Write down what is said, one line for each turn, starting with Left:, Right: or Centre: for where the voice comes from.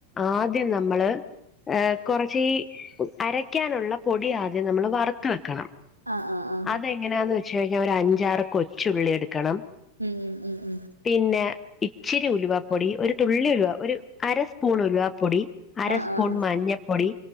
Left: ആദ്യം നമ്മള് ഏഹ് കൊറച്ച് ഈ അരയ്ക്കാന്ള്ള പൊടി ആദ്യം നമ്മള് വറ്ത്ത് വെക്കണം
Right: ആഹ് ആഹ് ആഹ്
Left: അതെങ്ങനെയാന്ന് വെച്ച് കഴിഞ്ഞാ ഒര് അഞ്ചാറ് കൊച്ചുള്ളി എടുക്കണം
Right: ഉം ഉം ഉം ഉം
Left: പിന്നെ ഇച്ചിരി ഉലുവാപ്പൊടി ഒരു തുള്ളി ഉലുവ ഒരു അരസ്പൂൺ ഉലുവാപ്പൊടി അരസ്പൂൺ
Right: ആഹ് ആഹ്
Left: മഞ്ഞപ്പൊടി